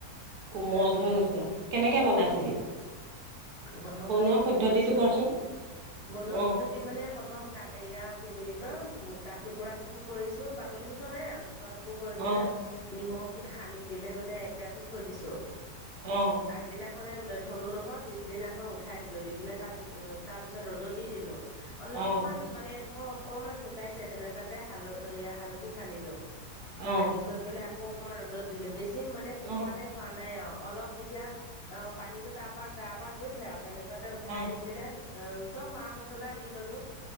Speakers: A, on the right; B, on the left.
A: কোমল
B: পোৰা জলক,
A: হৈ গৈছে। কেনেকে
B: অ',
A: বনাইছিলি?
B: প্ৰথম
A: বনোৱা
B: মানে হেৰি
A: পদ্ধতিটো
B: কৰিছোঁ।
A: কচোন?
B: বনোৱা
A: অ',
B: পদ্ধতি মানে প্ৰথম কাত এইয়া কি বুলি কয় উম, কা টুকুৰা টুকুৰ কৰিছোঁ বাকলি গুচোৱা নাই আও তো টুুকুৰা টুকুৰ কৰি
A: অ',
B: পেলাই নিমখ সানি দিলে মানে এক ৰাতি থৈ দিছোঁ।
A: অ',
B: আগ দিনা মানে থলো নহয় পিছদিনাখন উঠাই দিলো দি পেলাই তাৰ পিছ তাৰ পিছত ৰ'দত দি দিলোঁ অলপমান
A: অ',
B: মানে ধৰ অকমান শুকাইছে, তেনেকোৱাতে হাল এইয়া হাল ধি সানিলোঁ।
A: অ', অ',
B: সানি কৰি পেলাই আকৌ অকমান ৰ'দত দিলো। বেছি মানে শুকোৱালে
A: অ',
B: থোৱা নাই আৰু অলপ যেতিয়া অ' পানীতো তাৰ পৰা গাৰ পৰা গৈছে আৰু তেনে তাতে উঠাই
A: অ',
B: নি দিলে অ চব মা মছলা দি ললো